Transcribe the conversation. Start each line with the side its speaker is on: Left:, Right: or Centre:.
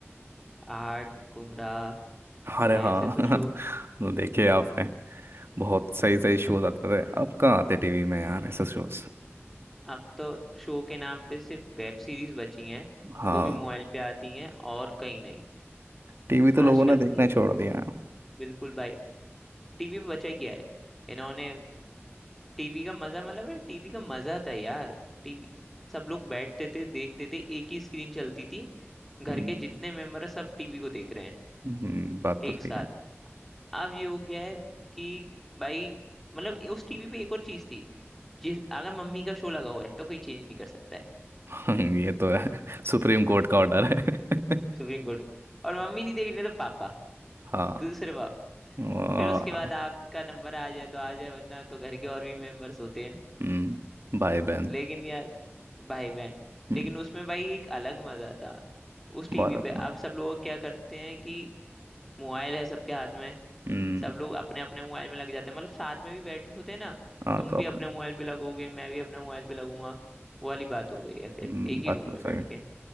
Centre: आर्ट गुमराह
Right: अरे
Centre: ये
Right: हाँ
Centre: ऐसे तो शो
Right: <laughs> वो देखे आपने बहुत सही सही शोज आते थे अब कहाँ आते टीवी में यार ऐसे शोज
Centre: अब तो शो के नाम पे सिर्फ वेब सीरीज बची हैं
Right: हाँ
Centre: वो भी मोबाइल पे आती हैं और कहीं नहीं
Right: टीवी तो लोगों
Centre: आजकल
Right: ने देखना
Centre: तो मो-
Right: छोड़ दिया है।
Centre: बिल्कुल भाई टीवी पे बचा ही गया है इन्होंने टीवी का मजा मतलब है टीवी का मजा था यार टीवी सब लोग बैठते थे देखते थे एक ही स्क्रीन चलती थी घर
Right: हम्म
Centre: के जितने मेंबर है सब टीवी को देख रहे हैं
Right: हम्म, बात तो
Centre: एक
Right: सही
Centre: साथ
Right: है
Centre: अब ये हो गया है कि भाई मतलब उस टीवी पे एक और चीज थी जिस अगर मम्मी का शो लगा हुआ है तो कोई चेंज नहीं कर सकता है
Right: <laughs> ये तो है सुप्रीम कोर्ट का ऑर्डर है <laughs>
Centre: Supreme court और मम्मी नहीं देख रही है तो पापा
Right: हाँ
Centre: दूसरे बाप
Right: वो-
Centre: फिर उसके बाद आपका नंबर आ जाए तो आ जाए वरना तो घर के और भी मेंबर्स होते हैं
Right: हम्म भाई बहन
Centre: लेकिन यार भाई बहन
Right: हम्म
Centre: लेकिन उसमें भाई एक अलग मजा था उस टीवी
Right: बहुत
Centre: पे
Right: अपना
Centre: अब सब लोग क्या करते हैं कि मोबाइल है सबके हाथ में
Right: हम्म
Centre: सब लोग अपने अपने मोबाइल में लग जाते हैं मतलब साथ में भी बैठे होते हैं ना
Right: हाँ
Centre: तुम
Right: तो
Centre: भी
Right: अपना
Centre: अपने मोबाइल पे लगोगे मैं भी अपने मोबाइल पे लगूंगा वो वाली बात हो गई है फिर
Right: हम्म,
Centre: एक
Right: बात
Centre: ही रूम
Right: तो
Centre: में
Right: सही
Centre: बैठ
Right: है।
Centre: के